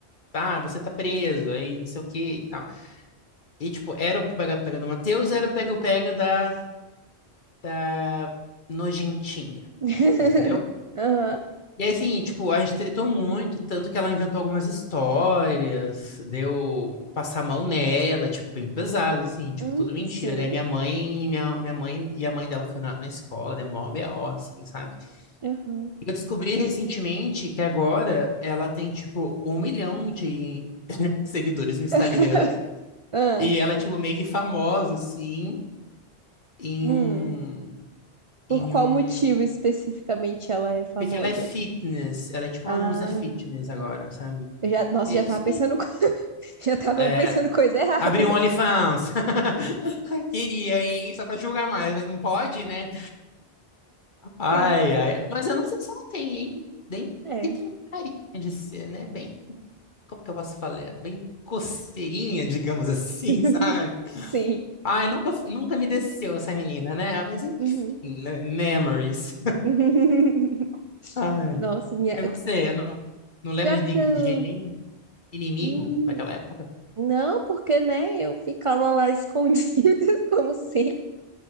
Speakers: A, on the left; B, on the right.
A: Ah, você tá preso, aí não sei o que e tal. E, tipo, era o pega-pega do Matheus, era o pega-pega da, da Nojentinha,
B: <laughs>
A: entendeu?
B: Aham.
A: E aí, assim, tipo, a gente tretou muito, tanto que ela inventou algumas histórias, deu passar a mão nela, tipo, bem pesado, assim, tipo,
B: Hum,
A: tudo mentira,
B: sim.
A: né? Minha mãe, minha, minha mãe e a mãe dela foi na, na escola, deu mó BO, assim, sabe?
B: Aham.
A: E eu descobri recentemente que agora ela tem, tipo, um milhão de <laughs> seguidores no Instagram
B: <laughs> Ah,
A: E ela é, tipo, meio que famosa, assim, em
B: hum.
A: um,
B: Por
A: em
B: qual
A: um...
B: motivo especificamente ela é famosa?
A: Porque ela é fitness, ela é tipo
B: Ah.
A: uma musa fitness agora, sabe?
B: Eu já, nossa,
A: E é
B: já tava
A: isso
B: pensando,
A: daí.
B: co- <laughs> já tava
A: É,
B: pensando coisa errada.
A: abri um OnlyFans. <laughs> Ai, Queria, hein? Só pra julgar mais, mas não pode, né? Ai,
B: Sim,
A: ai. Mas eu não sei se ela tem, hein? Bem
B: é.
A: que tem carinha de ser, né? Bem, como que eu posso falar? Bem coceirinha, digamos assim,
B: <laughs>
A: <laughs> sabe?
B: Sim.
A: Ai, nunca, fu- nunca me desceu essa menina, né? Mas enfim,
B: Uhum.
A: né? Memories.
B: <laughs>
A: Ai.
B: Nossa, minha.
A: É você, não, não lembra
B: Já que
A: de,
B: eu.
A: de, de nenhum inimigo
B: hum,
A: daquela época?
B: Não, porque, né, eu ficava lá escondida, <laughs> como sempre.